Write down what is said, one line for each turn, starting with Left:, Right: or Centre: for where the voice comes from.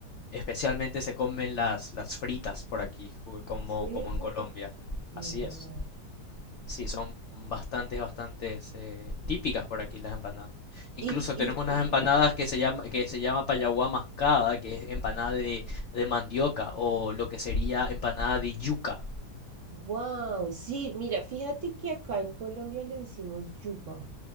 Left: Especialmente se comen las, las fritas por aquí, ju- como,
Right: Sí,
Left: como en Colombia.
Right: mira.
Left: Así es. Sí, son bastantes, bastantes eh, típicas por aquí las empanadas. Incluso
Right: Y, y,
Left: tenemos unas
Right: y,
Left: empanadas que se llama, que se llama payaguá mascada, que es empanada de, de mandioca, o lo que sería empanada de yuca.
Right: wow, sí, mira, fíjate que acá en Colombia le decimos yuca.